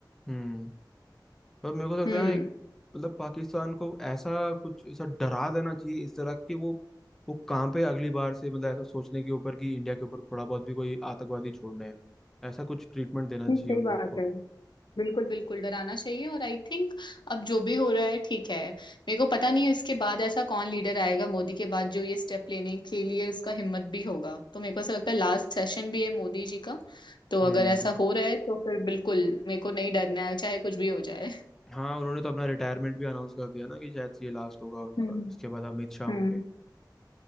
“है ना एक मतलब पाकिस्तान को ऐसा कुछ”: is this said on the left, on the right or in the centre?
Centre